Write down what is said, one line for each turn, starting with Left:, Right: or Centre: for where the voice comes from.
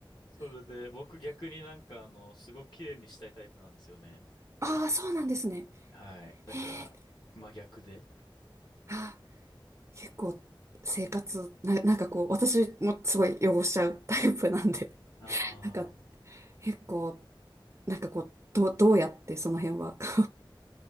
Left: それで、僕逆になんかあの、すごく綺麗にしたいタイプなんですよね。
Right: ああ、そうなんですね。
Left: はい。だから、
Right: へえ、
Left: 真逆で。
Right: あー、結構、生活、な、なんかこう、私もすごい汚しちゃうタイプなんで、
Left: ああ、
Right: <laughs> なんか、結構、なんかこう、どう、どうやってその辺は、<laughs> こ